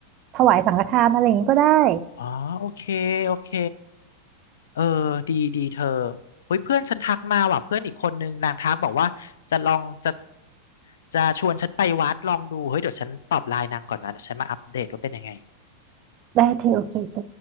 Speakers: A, on the right; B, on the left.
A: ถวายสังฆทานอะไรอย่างนี้ก็ได้
B: อ๋อโอเคโอเคเออดีดีเธอเฮ้ยเพื่อนฉันทักมาว่ะเพื่อนอีกคนนึงนางทักบอกว่าจะลองจะจะชวนฉันไปวัดลองดูเฮ้ยเดี๋ยวฉันตอบไลน์นางก่อนนะเดี๋ยวฉันมาอัปเดตว่าเป็นยังไง
A: ได้เธอโอเคโอเค